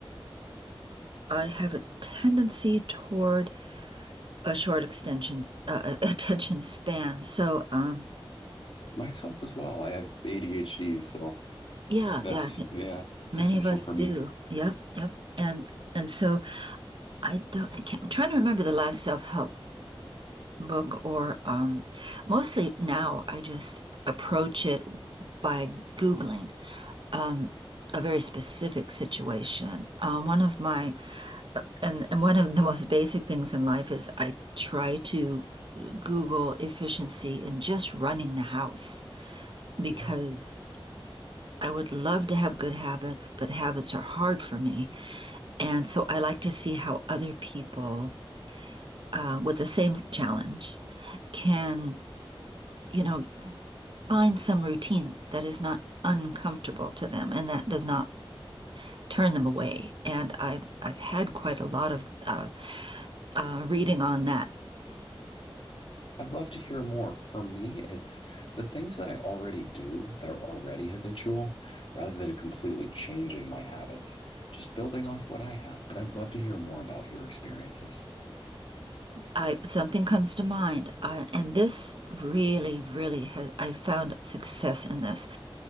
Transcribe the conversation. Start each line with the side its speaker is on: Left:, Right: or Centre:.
Right: I have a tendency toward a short extension uh, uh, <laughs> attention span. So, um
Left: Myself as well. I have ADHD, so
Right: yeah,
Left: That's,
Right: yeah,
Left: yeah, it's
Right: many
Left: essential
Right: of us
Left: for
Right: do.
Left: me.
Right: Yep, yep. And and so I don't I can't, I'm trying to remember the last self-help book or um mostly now I just approach it by Googling. um, a very specific situation. Um, one of my and and one of the most basic things in life is I try to Google efficiency in just running the house because
Left: Yeah.
Right: I would love to have good habits, but habits are hard for me. And so I like to see how other people uh, with the same challenge can, you know, find some routine that is not uncomfortable to them and that does not turn them away. And I've I've had quite a lot of uh, uh, reading on that.
Left: I'd love to hear more. For me, it's the things that I already do that are already habitual rather than completely changing my habits, just building off what I have. But I'd love to hear more about your experiences.
Right: I something comes to mind, uh, and this really, really has I've found success in this.